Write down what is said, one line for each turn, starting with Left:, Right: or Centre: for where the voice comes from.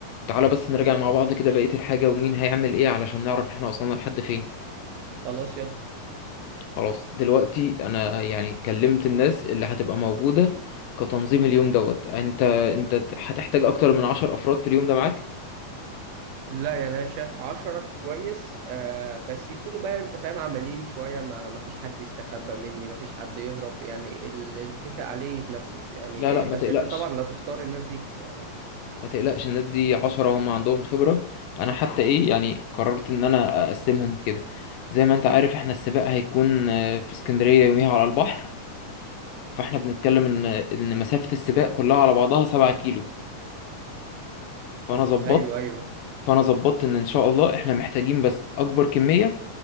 Left: تعالى بس نرجع مع بعض كده بقية الحاجة ومين هيعمل ايه علشان نعرف احنا وصلنا لحد فين
Right: خلاص يلا
Left: خلاص دلوقتي انا يعني كلمت الناس اللي هتبقى موجودة كتنظيم اليوم دوت انت انت هتحتاج اكتر من عشر افراد في اليوم ده معاك
Right: لا يعني انا شايف عشرة كويس آه بس يكونوا بقى انت فاهم عمليين شوية ما ما فيش حد يستخبى مني ما فيش حد يهرب يعني اللي نتفق عليه يتنفذ يعني
Left: لا
Right: ايه
Left: لا ما
Right: بس
Left: تقلقش
Right: انت طبعا لا تختار الناس دي يعني
Left: ما تقلقش الناس دي عشرة هم عندهم خبرة أنا حتى إيه يعني قررت إن أنا أقسمهم كده زي ما أنت عارف إحنا السباق هيكون آه، في اسكندرية يوميها على البحر فإحنا بنتكلم إن إن مسافة السباق كلها على بعضها سبعة كيلو فأنا ظبطت
Right: ايوه ايوه
Left: فأنا ظبطت إن إن شاء الله إحنا محتاجين بس أكبر كمية